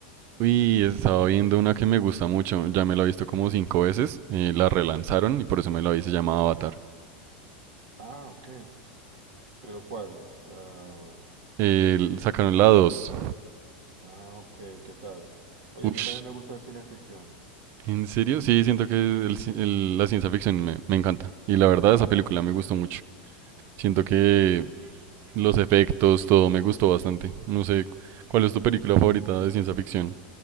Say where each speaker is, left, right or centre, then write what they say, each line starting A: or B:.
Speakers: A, on the right (about 40°); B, on the right (about 60°).
A: Uy, estaba viendo una que me gusta mucho. Ya me la he visto como cinco veces. eh, la relanzaron y por eso me la vi, se llama Avatar.
B: Ah, ok. ¿Pero cuál? La...
A: Eh, sacaron la dos.
B: Ah, ok, ¿qué tal? Oye,
A: Ush,
B: a mí también me gusta el cine de ficción.
A: ¿en serio? Sí, siento que el ci- el- la ciencia ficción me, me encanta. Y la verdad, esa película me gustó mucho. Siento que los efectos, todo me gustó bastante. No sé, ¿cuál es tu película favorita de ciencia ficción?